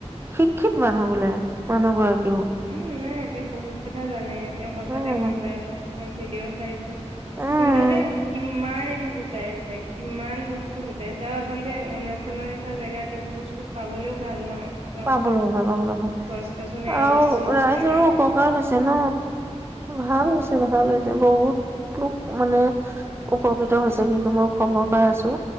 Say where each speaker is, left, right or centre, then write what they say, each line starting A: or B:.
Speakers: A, on the right; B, on the right.
A: শিক্ষিত মানুহ বোলে মানুহগৰাকী
B: উম নাই তেওঁ বহুত কথা জানে তেওঁৰ কথাতে
A: উম
B: গম পাই ভিডিঅ' চাই
A: উম
B: কিন্তু এতিয়া কিমান গোটাইছে কিমান বস্তু গোটাইছে আৰু আচলতে অৰুণাচলৰ জেগাত এইবোৰ বস্তু পাবলৈও ভাল ন একদম
A: পা <unintelligible> ব লগ ভাল পাব লগ ভাল
B: গছ-গছনিৰ মাজত
A: আৰু
B: চব
A: ৰাইজৰো
B: থাকে
A: উপকাৰ হৈছে ন। ভাল হৈছে ভাল হৈছে বহুত লোক মানে উপকৃত হৈছে কিন্তু মই খবৰ পাই আছো,